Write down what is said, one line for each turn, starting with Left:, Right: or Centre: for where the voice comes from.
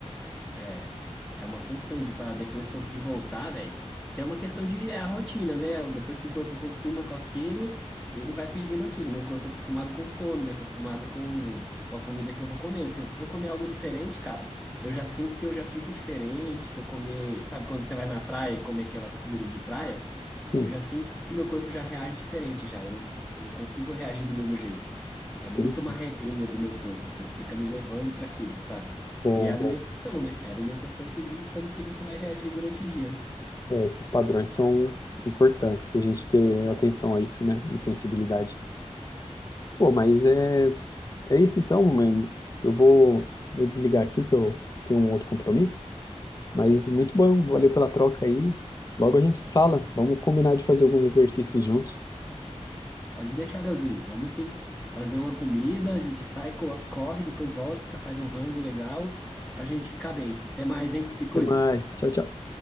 Centre: É, é uma função de para depois conseguir voltar, velho. Que é uma questão de é a rotina, né? Depois que o corpo acostuma com aquilo, ele vai pedindo aquilo. Meu corpo é acostumado com sono, me é acostumado com, com a comida que eu vou comer. Se eu for comer algo diferente, cara, eu já sinto que eu já fico diferente. Se eu comer, sabe, quando você vai na praia e comer aquelas comidas de praia,
Left: Sim,
Centre: eu já sinto que meu corpo já reage diferente já. Eu não, não consigo reagir do mesmo jeito. É muito
Left: entendi.
Centre: uma regrinha do meu corpo, assim, ele fica me levando para aquilo, sabe?
Left: Bom,
Centre: E é a alimentação,
Left: bom.
Centre: né? É a alimentação que diz como que você vai reagir durante o dia. né?
Left: É, esses padrões são importantes, a gente ter atenção a isso, né? E sensibilidade. Pô, mas é, é isso então. é, Eu vou, vou desligar aqui que eu tenho um outro compromisso. Mas muito bom, valeu pela troca aí. Logo a gente se fala. Vamos combinar de fazer alguns exercícios juntos.
Centre: Pode deixar, Leozinho. Vamos sim. Fazer uma comida, a gente sai, co- corre, depois volta, faz um rango legal pra gente ficar bem. Até mais, hein? Se cuida.
Left: Até mais. Tchau, tchau.